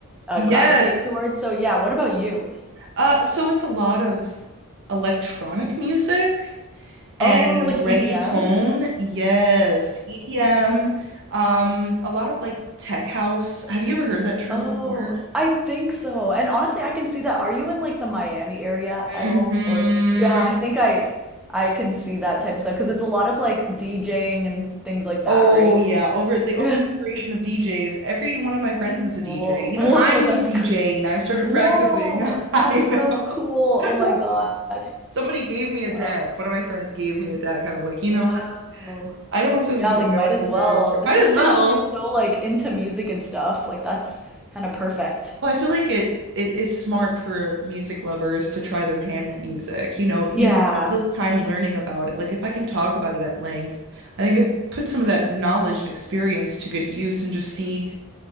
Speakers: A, in the centre; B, on the right.
A: uh
B: Yes.
A: gravitate towards. So yeah, what about you?
B: Uh, so it's a lot of electronic music and
A: Oh, like
B: reggaeton.
A: EDM?
B: Yes, EDM. Um, a lot of like tech house. Have you ever heard that term
A: Oh,
B: before?
A: I think so. And honestly, I can see that. Are you in like the Miami area
B: hmm
A: at all? Or yeah, I think I I can see that type of stuff because it's a lot of like DJing and things like
B: Oh
A: that, right?
B: yeah,
A: <laughs>
B: over the oversaturation of DJs. Every one of my friends is a
A: Whoa.
B: DJ. Even
A: Whoa,
B: I'm
A: that's
B: DJing.
A: cr
B: I started
A: Whoa,
B: practicing. <laughs> I
A: that's
B: know.
A: so cool. Oh my God.
B: Somebody gave me a
A: Wow.
B: deck. One of my friends gave me a deck. I was like, you
A: Wow.
B: know what? I don't know if this
A: Yeah,
B: is gonna
A: like
B: go
A: might as
B: anywhere.
A: well, especially
B: Might as well.
A: since you're so like into music and stuff. Like that's kind of perfect.
B: Well, I feel like it it is smart for music lovers to try their hand
A: Mhm.
B: at music. You know, you
A: Yeah.
B: spend all this time learning about it. Like if I can talk about it at length, I think it puts some of that knowledge and experience to good use and just see